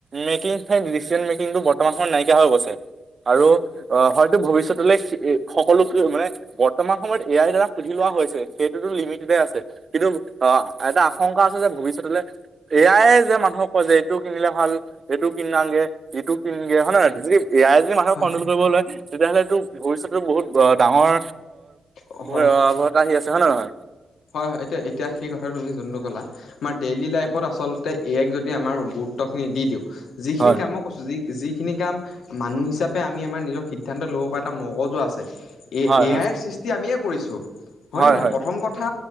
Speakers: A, on the right; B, on the left.
A: মেকিং, সেই ডিচচন মেকিংটো বৰ্তমান সময়ত নাইকিয়া হৈ গৈছে। আৰু, অ হয়তো ভৱিষ্যতলৈ সে সকলো কি মানে, বৰত তমা সময়ত এ আই দ্বাৰা সুধি লোৱা হৈছে। সেইটোতো লিমিটেডে আছে, কিন্তু অ', এটা আশংকা আছে যে ভৱিষ্যতলৈ, এয়ায়ে যে মানুহক কয় যে এইটোক কিনিলে ভাল। এইটো কিনাগে ইটো কিনগে হয় নে নহয় যদি এয়াই যদি মানুহক
B: হয়
A: কন্ট্ৰল কৰিব লয় তেতিয়াহ'লেটো ভৱিষ্যতেটো বহুত ব ডাঙৰ
B: হয়
A: ভয়
B: হয়
A: ভয়বতা আহি আছে হয় নে নহয়?
B: হয় হয়। এতিয়া-এতিয়া সেই কথাটো তুমি যোনটো ক'লা, আমাৰ ডেইলি লাইফত আচলতে এ আইক যদি আমাৰ গো ত্বখিনি দি দিওঁ যিখিনি
A: হয়
B: কাম ম ক'ছো যি যিসিনি কাম, মানু হিচাপে আমি আমাৰ নিজৰ সিদ্ধান্ত ল'ব পৰা এটা মগজু আছে। এ
A: হয়
B: এ আইৰ সৃষ্টি আমিয়ে কৰিছোঁ, হয়নে
A: হয়
B: নহয়? প্ৰথম কথা